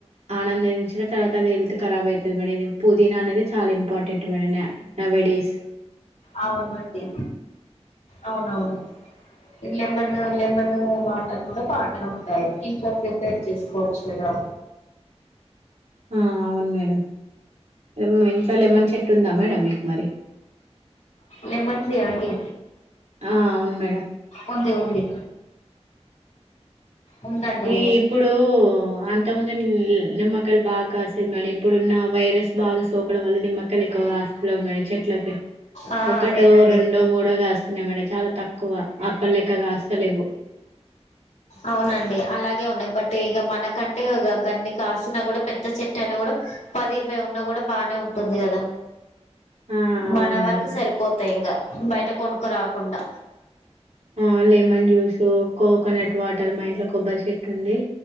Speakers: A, on the right; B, on the left.
A: ఆనందంచిన తర్వాత అది హెల్త్ కరాబ్ అవుతుంది మేడం పుదీనా అనేది చాలా ఇంపార్టెంట్ మేడం నవేడేస్
B: అవునండి అవునవును లెమన్ లెమన్ వాటర్ కూడా బాగానే ఉంటాయి ఇంట్లో ప్రిపేర్ చేసుకోవచ్చు కూడా
A: ఆ అవును మేడం మీ ఇంట్లో లెమన్ చెట్టు ఉందా మేడం మీకు మరీ
B: లెమన్ ట్రీ అండి
A: ఆ అవును మేడం
B: ఉంది ఉంది ఉందండి
A: ఈ ఇప్పుడు అంతముందు నిమ్మక్కయలు బాగా కాసేది మేడం ఇప్పుడున్న వైరస్ బాగా సోకడం వల్ల నిమ్మక్కయలు ఎక్కువ ఆస్తు మ చెట్లకి
B: ఆ
A: ఒకటో
B: అదేనండి
A: రెండో మూడోగాస్త స్తున్నా మేడం చాలా తక్కువ అప్పల్లెక్క గా స్తలేవు
B: అవునండి అలాగే ఉన్నాయి్ బట్ ఇక మనకంటే ఇ గన్ని కాసిన కూడా పెద్ద చెట్టు అయినా కూడా పది ఇరవై ఉన్న కూడా బానే ఉంటుంది కదా
A: ఆ అవును
B: మన
A: మేడం
B: వరకు సరిపోతాయి ఇంకా బయట కొన క రాకుండా
A: ఆ లెమన్ జ్యూస్ కోకోనట్ వాటర్ మా ఇంట్లో కొబ్బరి చెట్టు ఉంది